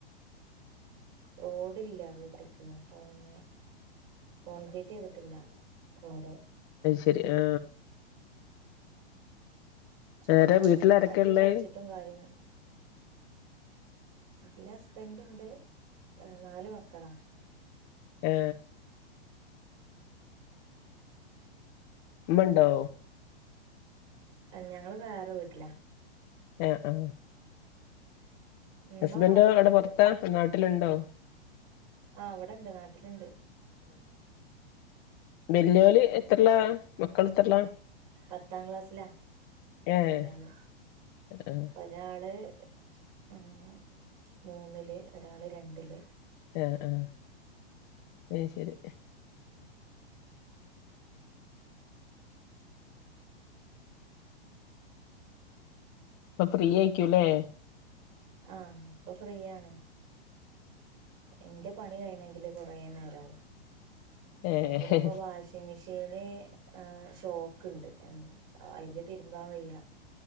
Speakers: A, on the right (about 45°); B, on the left (about 35°).
A: റോഡില്ല വ്ട്ട്ക്ക് അപ്പൊ പിന്നെ. കോൺക്രെറ്റ് യ്ത്ട്ടില്ല റോഡ്.
B: ര് ആ.
A: അപ്പൊ
B: ആരാ വീട്ടിലാരൊക്കെ
A: വണ്ടി
B: ഉള്ളേ
A: പഠിച്ചിട്ടും കാര്യന്നുല്ല. ല്ലാ ഹസ്ബൻഡ് ണ്ട് നാല് മക്കളാ.
B: ഏ. മ്മണ്ടോ?
A: ഞങ്ങള് വേറെ വ്ട്ട്ലാ.
B: ഏ ആ.
A: ഉമ്മ
B: ഹസ്ബൻഡോ
A: വാപ്പൊക്കെ
B: അവ്ടെ
A: ഇണ്ട്
B: പൊർത്താ നാട്ട്ല്ണ്ടോ?
A: ആ ഇവ്‌ടെണ്ട് നാട്ട്ല്ണ്ട്.
B: ബെല്ല്യോല് എത്രല്ലാ മക്കൾ എത്രല്ലാ?
A: പത്താം ക്ലാസ് ലാ
B: ഏഹ്
A: ഒരാള്
B: ആഹ്
A: ഒരാള് ഉ മൂന്ന്ല് ഒരാള് രണ്ട്ല്.
B: ആ ആ ഏ ശരി. ഇപ്പൊ ഫ്രീയെയിക്കുല്ലേ.
A: ആ ഇപ്പൊ ഫ്രീ യാണ്. എന്റെ പണി കഴണെങ്കില് കുറേ നേരാവും
B: ഏഹ്
A: അയ്‌കൂടെ ഇപ്പൊ വാഷിങ്‌മിഷീൻ <unintelligible> ആ ഷോക്ക്ണ്ട് അയ്‌ല് തിര്മ്പാൻ വയ്യ.